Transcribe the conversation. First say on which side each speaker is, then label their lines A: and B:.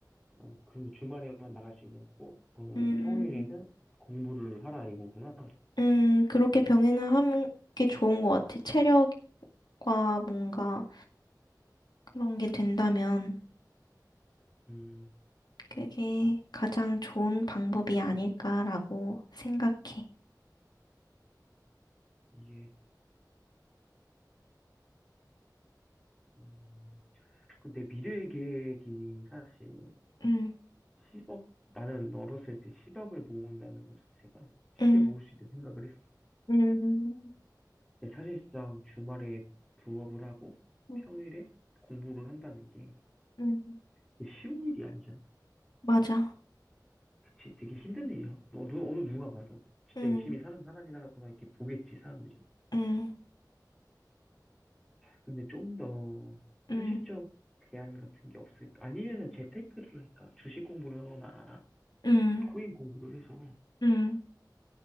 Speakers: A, in the centre; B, on the left.
A: 어, 그러면 주말에만 나갈 수 있는 거고 그러면
B: 음,
A: 평일에는 공부를 하라 이거구나.
B: 음, 그렇게 병행을 하는 게 좋은 것 같아. 체력과 뭔가 그런 게 된다면
A: 음
B: 그게 가장 좋은 방법이 아닐까라고 생각해.
A: 이게 음, 그 내 미래 계획이 사실
B: 응,
A: 10억, 나는 어렸을 때 10억을 모은다는 것 자체가
B: 응,
A: 쉽게 모을 수 있는 생각을 했어.
B: 음,
A: 근데 사실상 주말에 부업을 하고
B: 음,
A: 평일에 공부를 한다는 게
B: 음,
A: 되게 쉬운 일이 아니잖아.
B: 맞아.
A: 그치? 되게 힘든 일이야. 어, 누, 어느 누가 봐도. 진짜
B: 응,
A: 열심히 사는 사람이라구나 이렇게 보겠지, 사람들이.
B: 응,
A: 근데 좀 더
B: 응,
A: 현실적 대안 같은 게 없을까? 아니면은 재테크를 할까? 주식 공부를 하거나
B: 응,
A: 코인 공부를 해서
B: 응,